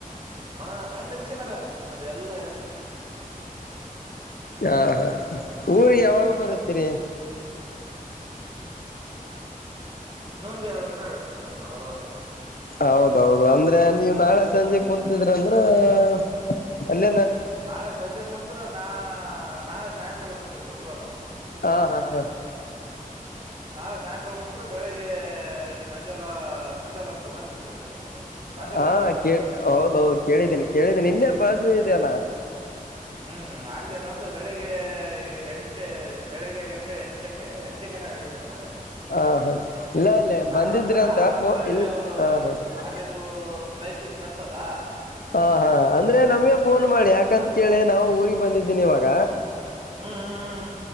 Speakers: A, on the right; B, on the left.
A: ಹಾ ಮಂಡೆ ಬಿಸಿ ಮರ ಅದೆಲ್ಲಾ ಎಏನ್
B: ಹಾ ಹಾ ಊರಿಗೆ ಯಾವಾಗ ಬರುತ್ತೀರಿ
A: ಹ್ಮ್ ನೊಂದು ಎರಡು ದಿನ ಆಗತ್ತೆ ಮದ ನಾವ್ ಬರ್ವ
B: ಹೌದೌದು ಅಂದ್ರೆ ನೀವು್ ನಾಳೆ ಸಂಜೆ ಕುೂಂತಿದ್ರ ಅಂದ್ರ ಹ ಅಲ್ಲ
A: ನಾಳೆ ಸಂಜೆ ಕುತ್ರ ನಾ ನಾಳೆ ಸಾಯಂಕಾಲ ಕುಂತಿದವಿಳ್ಕೋ ನಾವು
B: ಹಾ ಹಾ ಹಾ
A: ನಾಳೆ ಸಾಯಂಕಾಲ ಮುಂತ್ರು ಬೆಳಿಗ್ಗೆ ಇಲ್ಲಿ ಮಂಜ ಎಲ್ಲ ಮಜಲ್ಲ ಅಂತ ಗೊತ್ತಿದ್ರು ಮಗ ಮಂದೆಲ್ಲ
B: ಹಾ
A: ಗತ್ತದಲ್ಲ
B: ಕೇಳ ಹೌದೌದು ಕೇಳಿದ್ದೀನಿ ಕೇಳಿದ್ದೀನಿ ಇಲ್ಲೇ ಬಾಜು ಇದೆಯಲ್ಲ
A: ಹ್ಮ್ ಅಲ್ಲಿೇ ಬಂದು ಬೆಳಿಗ್ಗೆ ಎಂಟ ಬೆಳಿಗ್ಗೆ ಗಂಟೆ ಎಂಟಕ್ಕೆ ಎಂಟಕ್ಕೆ ನಾನು ಇಳಿತೇನೆ ಮನೆಯಲ್ಲಿ
B: ಹ ಹಾ ಇಲ್ಲ ಇಲ್ಲ
A: ಆ
B: ಬಂದಿದ್ರಿ
A: ನಂತರ
B: ಅಂತ
A: ಆನಂತರ
B: ಫೋ
A: ಇಲ್ಲಿ
B: ಇಲ್
A: ಒಂದು
B: ಹ ಹಾ
A: ಅಲ್ಲಿದು ಬೈಕಿಿಗೆ ತರ್ಸೋದಾ
B: ಹಾ ಹಾ ಅಂದ್ರೆ ನಮ್ಗೆ ಫೋನ್ ಮಾಡಿ ಯಾಕಂತ ಕೇಳಿ ನಾವು ಊರಿಗೆ ಬಂದಿದ್ದೀನಿ ಇವಾಗ
A: ಹಾ